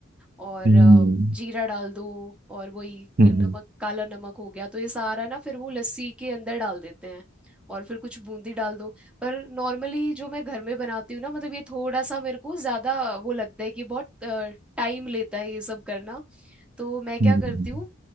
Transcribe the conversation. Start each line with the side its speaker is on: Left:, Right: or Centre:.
Centre: और
Right: हम्म
Centre: अ, जीरा डाल दो और वही क-
Right: हम्म,
Centre: नमक काला नमक हो गया तो ये सारा ना फिर वो लस्सी के अंदर डाल देते हैं और फिर कुछ बूंदी डाल दो पर नॉर्मली जो मैं घर में बनाती हूँ ना मतलब ये थोड़ा सा मेरे को ज्यादा वो लगता है कि बहुत टाइम लेता है ये सब करना तो मैं क्या
Right: हम्म,
Centre: करती हूँ